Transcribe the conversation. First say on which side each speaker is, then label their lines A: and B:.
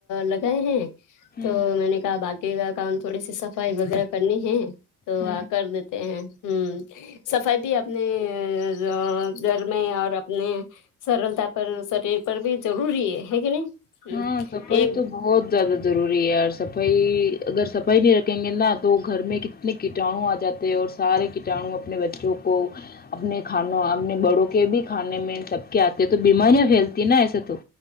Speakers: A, on the left (about 85°); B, on the left (about 30°).
A: لگائے ہیں
B: ہوں
A: تو میں نے کہا باق ی کا کام تھوڑی سی صفائی وغیرہ کرنی ہے تو
B: ہوں
A: آ کر دیتے ہیں ہمم صفائی بھی اپنے ا گھر میں اور اپنے سرلتا پن سریر پر بھی ضروری ہے ہے کہ نہیں ہ
B: ہاں صفاںی
A: ایک
B: تو بہت ضرر ضروری ہے اور صفائی اگر صفائی نہیں رکھیں گے نا تو گھر میں کتنے کیٹانو آ جاتے ہیں اور سارے کٹانو اپنے بچوں کو اپنے کھانو اپنے بڑوں کے بھی کھانے میں سب کے آتے ہیں تو بیماریاں پھیلتی ہیں نا ایسے تو